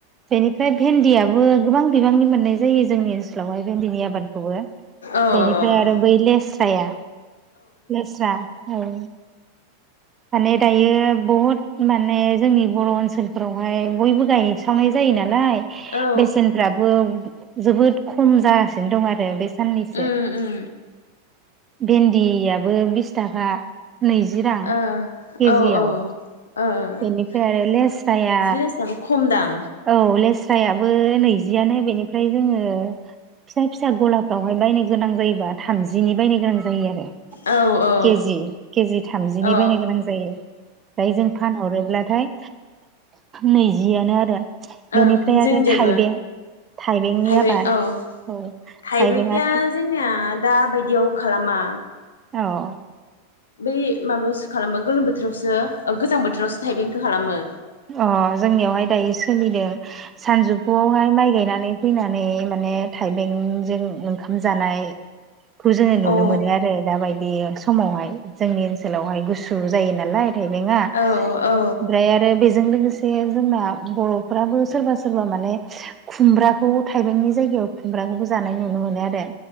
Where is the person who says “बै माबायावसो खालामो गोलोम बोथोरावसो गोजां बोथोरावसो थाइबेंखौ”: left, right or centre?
Left